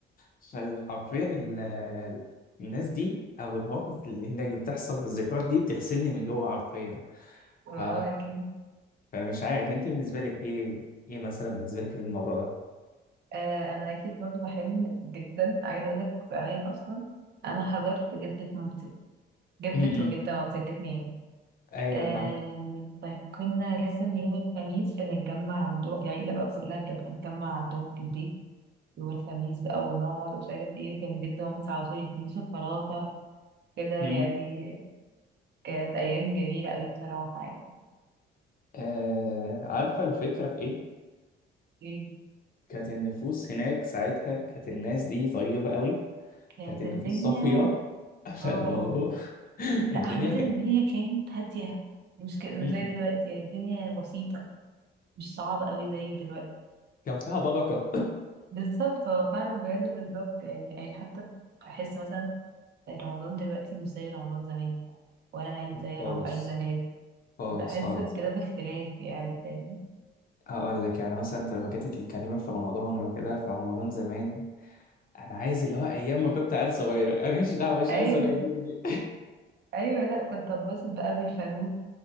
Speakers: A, on the left (about 45°); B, on the right (about 60°).
A: فحرفيا ال... الناس دي أو المواقف اللي هناك اللي بتحصل والذكريات دي بتغسلني من جوه حرفيا
B: اه
A: ف...
B: اكيد
A: فمش عارف أنت بالنسبة لك إيه إيه مثلا بالنسبة لك الموضوع ده؟
B: آه انا اكيد برضو بحلم جدا عايزه اقول لك زمان اصلا انا حضرت جده مامتي جده
A: م- م.
B: وجده مامتي الاثنين
A: أيوه
B: آه
A: فاهم
B: طيب كنا لازم يوم الخميس بنتجمع عندهم العيله بقى كلها كانت بتتجمع عندهم في البيت يوم الخميس بقى ونقعد ومش عارف ايه وكان جده مامتي على طول يديني شوكولاته كده
A: مم.
B: يعني كانت ايام جميله قوي بصراحه يعني
A: آه عارفة الفكرة في إيه؟
B: إيه،
A: كانت النفوس هناك ساعتها كانت الناس دي طيبة قوي
B: كانت
A: كانت النفوس
B: الدنيا
A: صافية <laughs>
B: اه
A: فالموضوع <laughs> الدنيا
B: لا عامة
A: كانت
B: الدنيا كانت هادية مش ك... مش
A: م-
B: زي
A: م.
B: دلوقتي يعني الدنيا بسيطة مش صعبة قوي زي دلوقتي
A: كان فيها بركة
B: بالظبط هو فعلا بجد بالظبط يعني يعني حتى بحس مثلا رمضان دلوقتي مش زي رمضان زمان ولا العيد
A: <laughs>
B: زي
A: خالص
B: رو... عيد زمان
A: خالص
B: بحس
A: خالص
B: بكده باختلاف يعني فاهم
A: هقول لك يعني مثلا انت لو جيت تتكلمي في رمضان وكده في رمضان زمان انا عايز اللي هو ايام ما كنت عيل صغير انا مش دعوه مش
B: ايوه
A: عايز ولا كبير دي
B: ايوه لا كنت اتبسط بقى بالفانوس